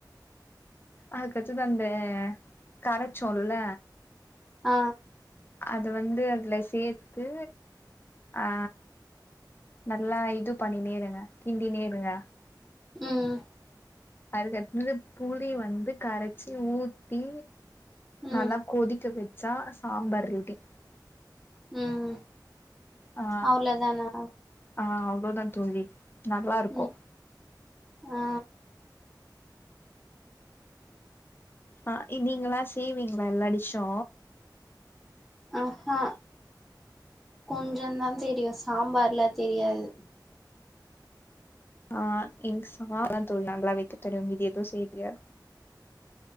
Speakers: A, on the left; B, in the centre.
A: அதுக்கடுத்தது அந்த கரச்சோல்ல
B: ஆ
A: அது வந்து அதுல சேத்து ஆ நல்லா இது பண்ணினேயிருங்க கிண்டினேருங்க
B: ம்
A: அதுக்கடுத்தது புளி வந்து கரச்சி ஊத்தி
B: ம்
A: நல்லா கொதிக்க வெச்சா சாம்பார் ரெடி
B: ம்
A: ஆ
B: அவ்ளதானா
A: ஆ அவ்ளோதா தோழி நல்லா இருக்கூ
B: ம் ஆ
A: ஆ நீங்களா செய்வீங்ளா எல்லா டிஸ்ஸு
B: ஆஹா கொஞ்ச தான் தெரியு சாம்பார்ல்லா தெரியாது
A: ஆ <unintelligible> தோழி நல்லா வைக்க தெரியு மீதி எது செய்ய தெரியாது